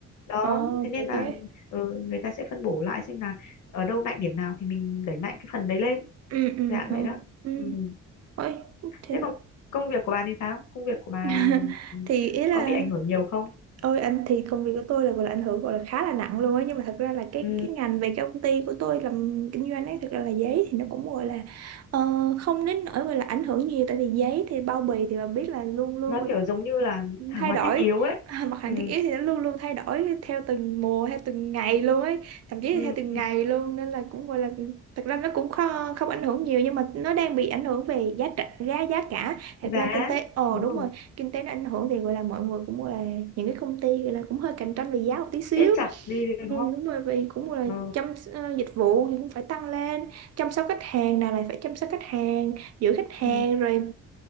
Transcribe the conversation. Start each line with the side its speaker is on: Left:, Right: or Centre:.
Left: đó
Right: ờ
Left: thế nên
Right: kiểu
Left: là
Right: thế
Left: ừ, người ta sẽ phân bổ lại xem là ở đâu mạnh điểm nào thì mình đẩy mạnh cái phần đấy lên
Right: ừ ừ
Left: dạ
Right: ờ
Left: vậy đó
Right: ừ
Left: ừ.
Right: Ôi, thế
Left: thế còn công việc của bà thì sao công việc của bà
Right: <laughs> thì ý là
Left: có bị ảnh hưởng nhiều không
Right: Ôi anh thì công việc của tôi là gọi là ảnh hưởng gọi là khá là nặng luôn á nhưng mà thật ra là cái
Left: ừ.
Right: cái ngành về cái công ty của tôi làm kinh doanh ấy thật ra là giấy thì nó cũng gọi là ờ, không đến nỗi gọi là ảnh hưởng nhiều tại vì giấy thì bao bì thì bạn biết là luôn luôn
Left: nó kiểu giống như là hàng
Right: thay
Left: hóa
Right: đổi
Left: thiết yếu đấy
Right: à, mặt hàng
Left: ừ.
Right: thiết yếu thì nó luôn luôn thay đổi theo từng mùa theo từng ngày luôn ấy thậm chí
Left: Ừ.
Right: là theo từng ngày luôn nên là cũng gọi là thật ra nó cũng không, không ảnh hưởng nhiều nhưng mà nó đang bị ảnh hưởng về giá cả giá giá cả thật
Left: giá
Right: ra kinh tế ồ
Left: đúng
Right: đúng
Left: rồi
Right: rồi kinh tế nó ảnh hưởng thì gọi là mọi người cũng gọi là những cái công ty gọi là cũng hơi cạnh tranh về giá một tí xíu
Left: siết chặt đi đấy,
Right: ừ,
Left: đúng
Right: đúng
Left: không
Right: rồi vì cũng gọi là
Left: ừ.
Right: chăm ờ, dịch vụ thì cũng phải tăng lên chăm sóc khách hàng nào lại phải chăm sóc khách hàng giữ khách hàng
Left: Ừ.
Right: rồi